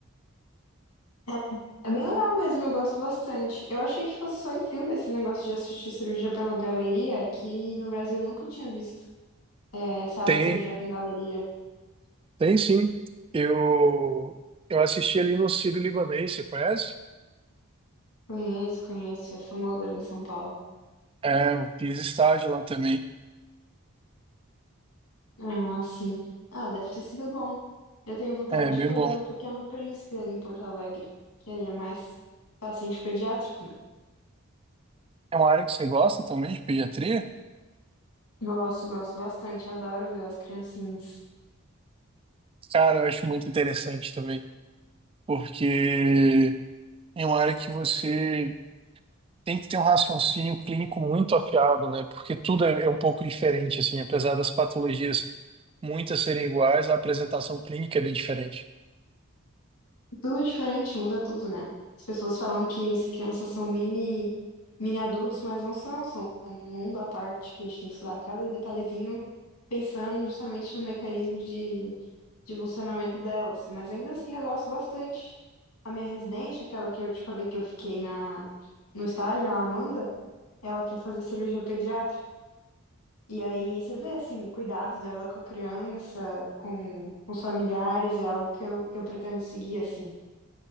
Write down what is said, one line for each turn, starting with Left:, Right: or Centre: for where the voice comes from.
Left: É é bem legal mesmo, eu gosto bastante. Eu achei que fosse só em filme esse negócio de assistir cirurgia pela galeria, que no Brasil eu nunca tinha visto. É, sala
Right: Tem,
Left: de cirurgia com galeria.
Right: tem sim. Eu, eu assisti ali no Sírio-Libanês, você conhece?
Left: Conheço, conheço, é famoso ali em São Paulo.
Right: É, eu fiz estágio lá também.
Left: Ah, sim. Ah, deve ter sido bom. Eu tenho vontade
Right: É bem
Left: de fazer
Right: bom.
Left: no Pequeno Príncipe ali em Porto Alegre, que aí é mais paciente pediátrico, né?
Right: É uma área que você gosta também de pediatria?
Left: Gosto, gosto bastante, adoro ver as criancinhas.
Right: Cara, eu acho muito interessante também, porque é uma área que você tem que ter um raciocínio clínico muito afiado, né? Porque tudo é, é um pouco diferente, assim, apesar das patologias muitas serem iguais, a apresentação clínica é bem diferente.
Left: Tudo diferente, muda tudo, né? As pessoas falam que as crianças são mini, mini adultos, mas não são, são um mundo à parte que a gente tem que estudar cada detalhezinho, pensando justamente no mecanismo de, de funcionamento delas. Mas ainda assim eu gosto bastante. A minha residente, aquela que eu te falei que eu fiquei na, no estágio, a Amanda, ela quer fazer cirurgia pediátrica. E aí você vê assim, o cuidado dela com a criança, com, com os familiares, é algo que eu, que eu pretendo seguir, assim.